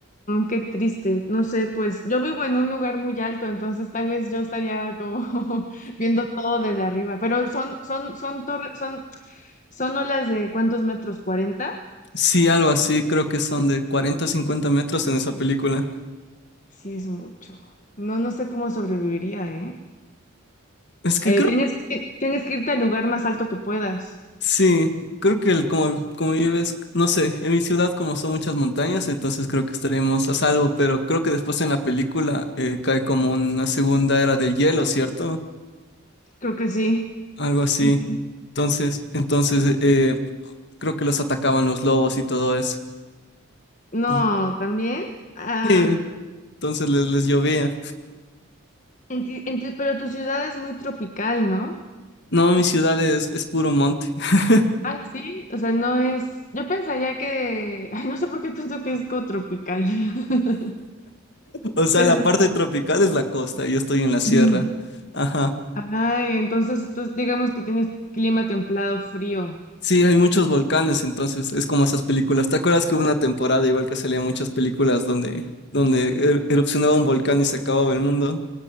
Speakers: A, on the left (about 35°); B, on the left (about 55°).
A: qué triste. No sé, pues yo vivo en un lugar muy alto, entonces tal vez yo estaría como <laughs> viendo todo desde arriba. Pero son, son, son torres, son, son olas de ¿cuántos metros? 40.
B: sí, algo así, creo que son de 40, o 50 metros en esa
A: Sí,
B: película.
A: sí es mucho. No, no sé cómo sobreviviría, ¿eh?
B: Es que
A: Eh,
B: creo
A: tienes que, tienes que irte al lugar más alto que puedas.
B: Sí, creo que el, como, como vives, no sé, en mi ciudad como son muchas montañas, entonces creo que estaremos a salvo, pero creo que después en la película eh, cae como una segunda era del hielo, ¿cierto?
A: Creo que sí.
B: Algo así.
A: Sí, sí.
B: Entonces, entonces eh, creo que los atacaban los lobos y todo eso.
A: No,
B: Entonces,
A: también. Ah,
B: sí, entonces les, les llovía.
A: en ti- en tu- pero tu ciudad es muy tropical, ¿no?
B: No, mi ciudad es, es puro monte. <laughs>
A: Ah, sí. O sea, no es. Yo pensaría que. Ay, no sé por qué pienso que es como tropical. <laughs>
B: O sea,
A: Pero.
B: la parte tropical es la costa, yo estoy en la sierra.
A: Ujú.
B: Ajá.
A: Ay, entonces tú digamos que tienes clima templado, frío.
B: Sí, hay muchos volcanes, entonces es como esas películas. ¿Te acuerdas que hubo una temporada igual que salían muchas películas donde, donde er- erupcionaba un volcán y se acababa el mundo?